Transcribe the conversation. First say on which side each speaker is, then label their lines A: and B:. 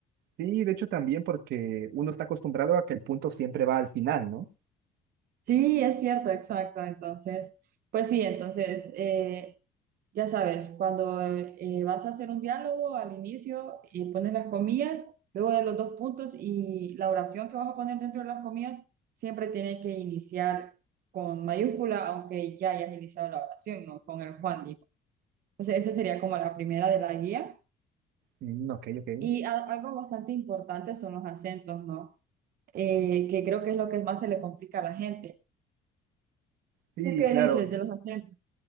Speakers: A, on the right; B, on the right.
A: Sí, de hecho también porque uno está acostumbrado a que el punto siempre va al final, ¿no?
B: Sí, es cierto, exacto. Entonces, pues sí, entonces... eh, Ya sabes, cuando eh, vas a hacer un diálogo al inicio y pones las comillas, luego de los dos puntos y la oración que vas a poner dentro de las comillas, siempre tiene que iniciar con mayúscula, aunque ya hayas iniciado la oración, ¿no? Con el Juan dijo. Entonces, esa sería como la primera de la guía.
A: Mm, ok, ok.
B: Y a- algo bastante importante son los acentos, ¿no? Eh, que creo que es lo que más se le complica a la gente.
A: Sí,
B: ¿Tú qué
A: claro.
B: dices de los acentos?